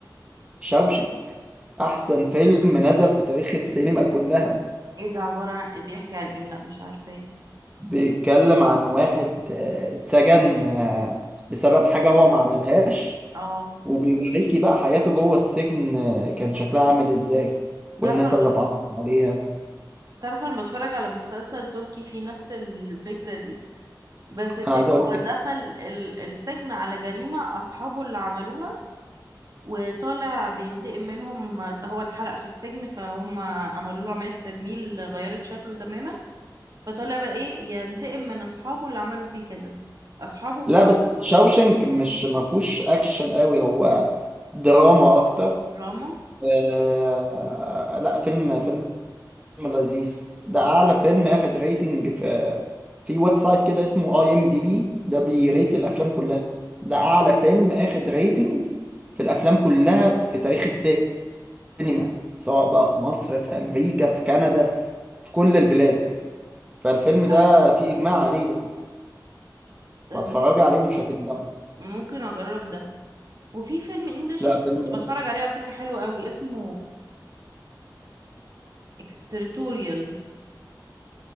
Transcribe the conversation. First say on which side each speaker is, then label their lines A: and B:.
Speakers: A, on the right; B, on the right.
A: شاوشنك احسن فيلم نزل في تاريخ السينما كلها
B: ايه ده عبارة عن بيحكي عن ايه لا مش عارفة ايه
A: بيتكلم عن واحد آه، اتسجن آه، بسبب حاجة هو ما عملهاش
B: اه
A: وبيوريكي بقى حياته جوه السجن آه، كان شكلها عامل ازاي والناس
B: تعرف أنا-
A: اللي اتعرف عليها
B: تعرف انا بتفرج على مسلسل تركي فيه نفس الفكرة دي بس التاني
A: انا عايز اقول لك
B: هو دخل ال- السجن على جريمة اصحابه اللي عملوها وطالع بينتقم منهم هو اتحرق في السجن فهم عملوا له عملية تجميل غيرت شكله تماما فطالع بقى ايه ينتقم من اصحابه اللي عملوا فيه كده اصحابه
A: لا
B: خ-
A: بس شاوشنك مش ما فيهوش اكشن قوي هو دراما اكتر
B: دراما
A: آه لا فيلم فيلم لذيذ ده اعلى فيلم اخد ريتنج في في ويب سايت كده اسمه اي ام دي بي ده بيريت الافلام كلها ده اعلى فيلم اخد
B: مم.
A: ريتنج في الافلام كلها في تاريخ السينما السينما سواء بقى في مصر في امريكا في كندا في, في كل البلاد فالفيلم ده
B: أيوة،
A: في اجماع عليه يعني
B: ممكن
A: فاتفرجي عليه ومش هتندمي
B: ممكن اجرب ده وفي فيلم انجلش
A: لا
B: كنت
A: فيلم
B: بتفرج عليه على فكرة حلو قوي اسمه اكستريتوريال